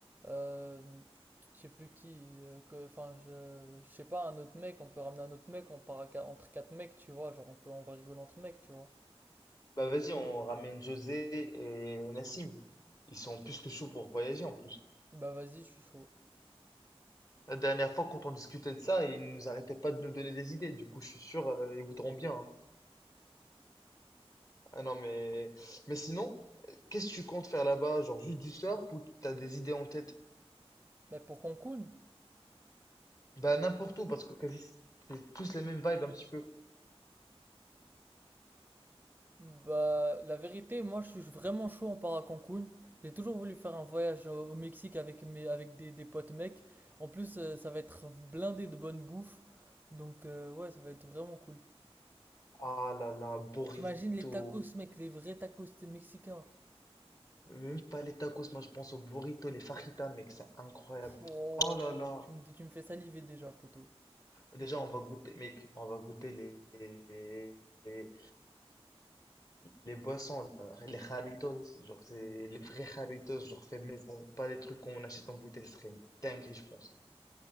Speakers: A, on the right; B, on the left.
A: euh, je sais plus qui, euh, que, enfin, je, je sais pas, un autre mec, on peut ramener un autre mec, on part à qua- entre quatre mecs, tu vois. Genre, on peut, on va rigoler entre mecs, tu vois.
B: bah vas-y, on ramène José et Nassim. Ils sont plus que chauds pour voyager en plus.
A: Bah vas-y, je suis chaud.
B: La dernière fois, quand on discutait de ça, ils nous arrêtaient pas de nous donner des idées. Du coup, je suis sûr, euh, ils voudront bien. hein. Ah non, mais, mais sinon, euh, qu'est-ce que tu comptes faire là-bas? Genre juste du surf ou t'as des idées en tête?
A: Mais pour Cancun?
B: Bah n'importe où, parce que quasi c'est tous les mêmes vibes un petit peu.
A: Bah, la vérité, moi, je suis vraiment chaud, on part à Cancun. J'ai toujours voulu faire un voyage au, au Mexique avec mes, avec des, des potes mecs. En plus, euh, ça va être blindé de bonne bouffe. Donc, euh, ouais, ça va être vraiment cool.
B: Ah là là, burrito.
A: T'imagines les tacos, mec, les vrais tacos mexicains.
B: Même pas les tacos, moi je pense aux burritos, les fajitas, mec, c'est incroyable.
A: Pff, Oh,
B: Oh là là.
A: tu me, tu me fais saliver déjà, poto.
B: Déjà, on va goûter, mec, on va goûter les, les, les boissons, là, les jarritos, genre c'est les vrais jarritos, genre fait maison, pas les trucs qu'on achète en bouteille, ce serait une dinguerie, je pense.